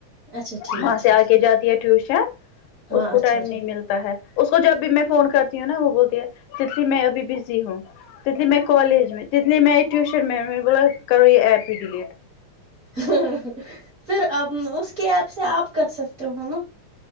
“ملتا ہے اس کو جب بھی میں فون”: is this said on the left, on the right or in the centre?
Left